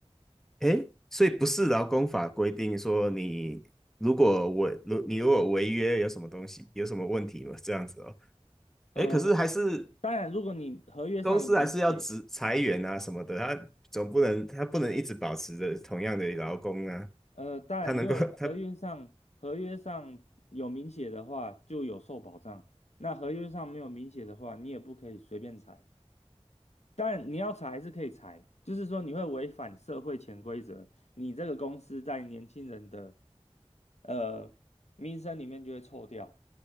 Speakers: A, in the centre; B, on the left.
A: 诶，所以不是劳工法规定说你如果违，如你如果违约有什么东西，有什么问题吗？这样子哦。
B: 呃，
A: 诶，可是还是
B: 当然，如果你合约上有明写，
A: 公司还是要职裁员啊什么的，他总不能他不能一直保持着同样的劳工啊，
B: 呃，当然，
A: 他能够他
B: 如果合约上合约上有明写的话，就有受保障。那合约上没有明写的话，你也不可以随便裁。当然，你要裁还是可以裁，就是说你会违反社会潜规则，你这个公司在年轻人的呃名声里面就会臭掉，